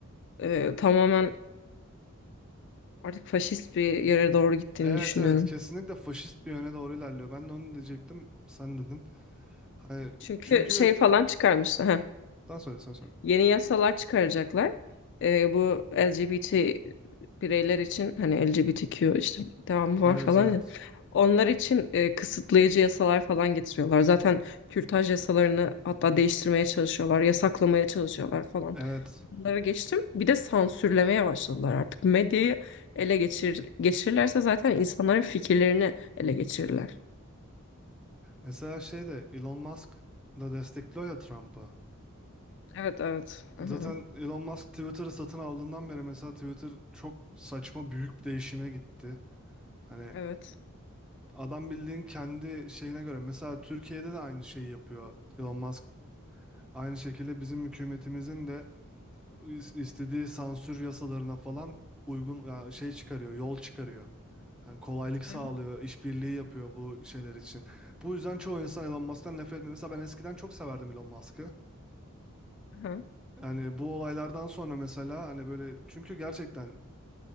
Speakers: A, on the left (about 55°); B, in the centre.
A: e, tamamen artık faşist bir yere doğru gittiğini
B: Evet
A: düşünüyorum.
B: evet kesinlikle faşist bir yöne doğru ilerliyor. Ben de onu diyecektim sen dedin. Hani
A: Çünkü
B: çünkü
A: şey falan çıkarmışlar. heh,
B: sen söyle sen söyle.
A: yeni yasalar çıkaracaklar. E, bu LGBT bireyler için hani LGBTQ işte devamı var
B: Evet
A: falan
B: evet.
A: ya. Onlar için e, kısıtlayıcı yasalar falan getiriyorlar. Zaten kürtaj yasalarını hatta değiştirmeye çalışıyorlar, yasaklamaya çalışıyorlar falan.
B: Evet.
A: Bunları geçtim. Bir de sansürlemeye başladılar artık. Medyayı ele geçir, geçirirlerse zaten insanların fikirlerini ele geçirirler.
B: Mesela şey de Elon Musk da destekliyor ya Trump'ı.
A: Evet, evet. Hı hı.
B: Zaten Elon Musk Twitter'ı satın aldığından beri mesela Twitter çok saçma büyük bir değişime gitti. Hani
A: Evet.
B: adam bildiğin kendi şeyine göre mesela Türkiye'de de aynı şeyi yapıyor Elon Musk. Aynı şekilde bizim hükümetimizin de is- istediği sansür yasalarına falan uygun yani şey çıkarıyor, yol çıkarıyor. Yani kolaylık sağlıyor,
A: Hı hı.
B: işbirliği yapıyor bu şeyler için. Bu yüzden çoğu insan Elon Musk'tan nefret etmiyor. Mesela ben eskiden çok severdim Elon Musk'ı.
A: hı.
B: Yani bu olaylardan sonra mesela hani böyle çünkü gerçekten